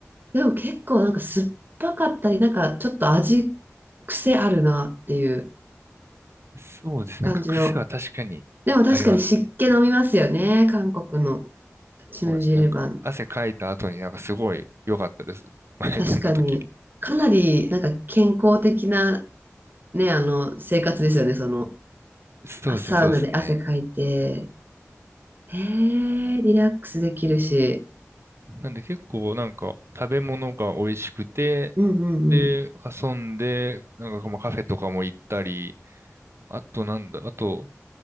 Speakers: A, on the right; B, on the right.
A: でも結構なんか酸っぱかったり、なんかちょっと味、癖あるなっていう
B: そうです。
A: 感じの。
B: なんか癖は確かにありますね。
A: でも確かに湿気飲みますよね、韓国のチムジルバン。
B: そうなんです。なんか、汗かいた後になんかすごい良かったです。<laughs> 前飲んだ時に。
A: 確かに。かなりなんか健康的なね、あの、生活ですよね、その、
B: そうですね、
A: あサウナで汗かいて、
B: そうですね。
A: えー、リラックスできるし、
B: なんで結構なんか食べ物が美味しくて、
A: うんうんうん。
B: で、遊んで、なんかまあカフェとかも行ったり、あとなんだ、あと、